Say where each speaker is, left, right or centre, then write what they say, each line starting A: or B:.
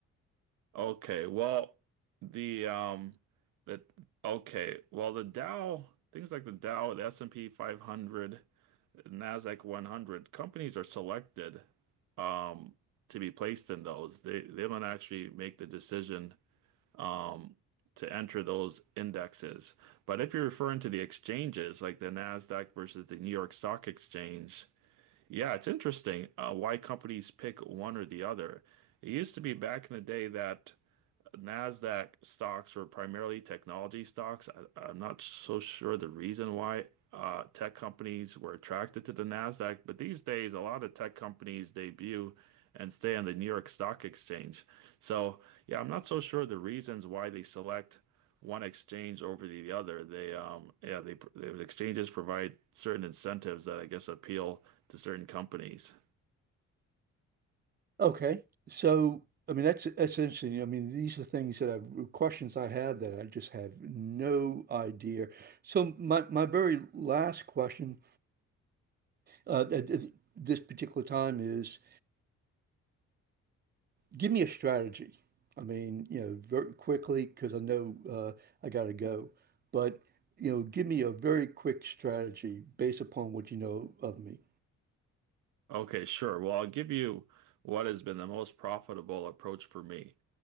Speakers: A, on the right; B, on the right.
A: Okay, well the um the okay, well the Dow, things like the Dow, the S&P 500, Nasdaq 100, companies are selected um to be placed in those. They they don't actually make the decision um to enter those indexes. But if you're referring to the exchanges, like the Nasdaq versus the New York Stock Exchange, Yeah, it's interesting uh, why companies pick one or the other. It used to be back in the day that Nasdaq stocks were primarily technology stocks. I, I'm not so sure the reason why uh, tech companies were attracted to the Nasdaq, but these days a lot of tech companies debut and stay on the New York Stock Exchange. So yeah, I'm not so sure the reasons why they select one exchange over the other. They um yeah they the exchanges provide certain incentives that I guess appeal to certain companies.
B: Okay. So, I mean, that's that's interesting. I mean, these are things that I've questions I have that I just have no idea. So, my my very last question uh, at at this particular time is. give me a strategy. I mean, you know, very quickly because I know uh, I gotta go. But you know, give me a very quick strategy based upon what you know of me.
A: Okay, sure. Well, I'll give you what has been the most profitable approach for me.